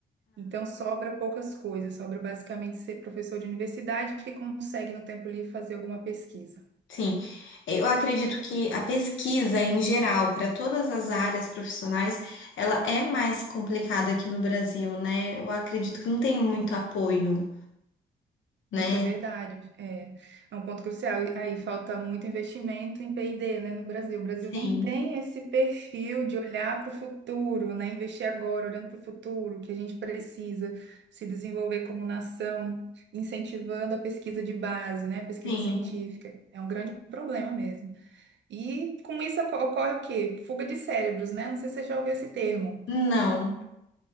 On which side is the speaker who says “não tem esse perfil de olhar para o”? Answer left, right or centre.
Right